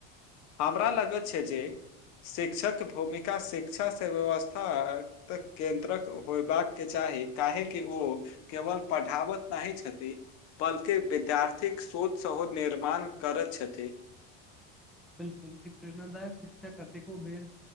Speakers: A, on the left; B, in the centre.
A: हमरा लगत छै जे शिक्षक भूमिका शिक्षा से व्यवस्था तऽ केन्द्रक होयबाक के चाही काहेकि ओ केवल पढ़ावत नाहि छथि। बल्कि विद्यार्थीक सोच सेहो निर्माण करैत छथि
B: बिलकुल एक प्रेरणादायक शिक्षा कतेको बेर